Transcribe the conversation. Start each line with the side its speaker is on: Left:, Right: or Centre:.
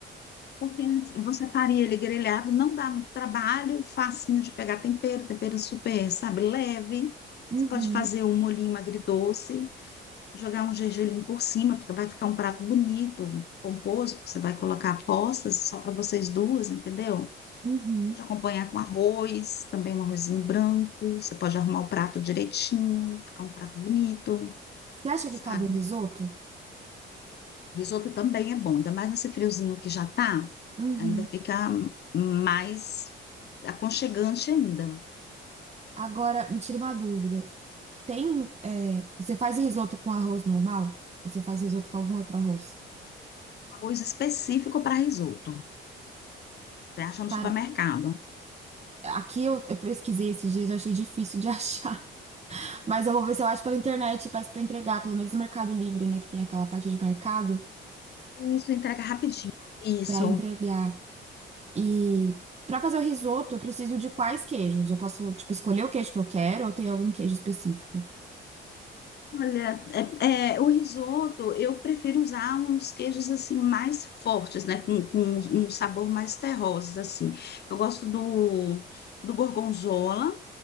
Left: Porque você faria ele grelhado, não dá muito trabalho, facinho de pegar tempero, tempero super, sabe, leve.
Right: Uhum,
Left: Você pode fazer um molhinho agridoce, jogar um gergelim por cima, fica- vai ficar um prato bonito, pomposo, porque você vai colocar apostas só para vocês duas, entendeu?
Right: uhum.
Left: Pode acompanhar com arroz, também um arrozinho branco, você pode arrumar o prato direitinho, ficar um prato bonito,
Right: Você acha
Left: sabe?
Right: que cabe um risoto?
Left: Risoto também é bom, ainda mais nesse friozinho que já tá,
Right: Uhum.
Left: ainda fica mais aconchegante ainda.
Right: Agora, me tira uma dúvida. Tem, um, é, você faz risoto com arroz normal? Ou você faz risoto com algum outro arroz?
Left: Arroz específico para risoto. Você acha no
Right: Cara,
Left: supermercado.
Right: aqui eu, eu pesquisei esses dias, eu achei difícil de <laughs> achar. Mas eu vou ver se eu acho pela internet, peço pra entregar, pelo menos no Mercado Livre, né? Que tem aquela parte de mercado
Left: Isso entrega rapidinho. Isso.
Right: pra entregar. E pra fazer o risoto, eu preciso de quais queijos? Eu posso, tipo, escolher o queijo que eu quero ou tem algum queijo específico?
Left: Olha, é, é, o risoto eu prefiro usar uns queijos assim mais fortes, né? Com, com um sabor mais terrosos, assim. Eu gosto do, do gorgonzola.